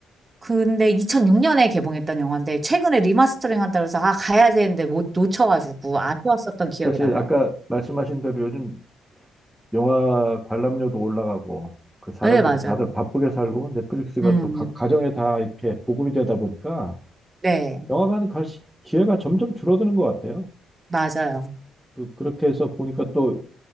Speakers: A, on the right (about 25°); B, in the centre.
A: 근데 2006년에 개봉했던 영화인데 최근에 리마스터링 한다고 해서 아 가야 되는데 못 놓쳐가지고 아쉬웠었던 기억이
B: 사실
A: 나요.
B: 아까 말씀하신 대로 요즘 영화 관람료도 올라가고 그 사람들이
A: 네, 맞아요.
B: 다들 바쁘게 살고 넷플릭스가
A: 음,
B: 또 가, 가정에 다 이렇게 보급이 되다 보니까
A: 네,
B: 영화관 갈 시- 기회가 점점 줄어드는 것 같아요.
A: 맞아요.
B: 그, 그렇게 해서 보니까 또